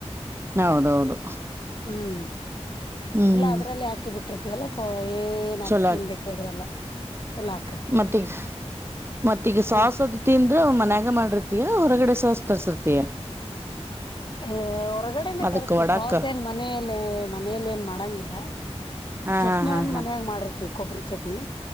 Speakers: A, on the right; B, on the left.
A: ಹೌದೌದು
B: ಹ್ಮ್
A: ಹ್ಮ್
B: ಎಲ್ಲ ಅದ್ರಲ್ಲಿ ಹಾಕಿ ಬಿಟ್ಟಿತೀವಲ್ಲ ಏ
A: ಚಲೋ
B: ಅದ್ಕ ಏನ್ ಬೇಕಾಗಿರಲ್ಲ ಚಲೋ ಆಕೈತಿ
A: ಮತ್ತೆಗ ಮತ್ತ ಈಗ ಸಾಸದು
B: ಹ
A: ತಿಂದ್ ಅವ ಮನ್ಯಾಗ ಮಾಡಿರ್ತಿಯ ಹೊರಗಡೆ ಸೋಸ್ ತರ್ಸಿರ್ತಿಯಾ
B: ಹ ಹೊರಗಡೆನೆೇ
A: ಅದಕ್ಕ
B: ತರಿಸಸ್ತಿ
A: ವಡಾಕ
B: ಸಾವಸ ಏನ್ ಮನೆಯಲ್ಲ ಮನೇಲಿ ಏನ್ ಮಾಡಂಗಿಲ್ಲ
A: ಹಾ
B: ಚಟ್ನಿ
A: ಹಾ ಹಾ
B: ಒಂದ್
A: ಹಾ
B: ಮನ್ಯಾಗ ಮಾಡಿರ್ತಿವಿ ಕೊಬ್ಬರಿ ಚಟ್ನಿ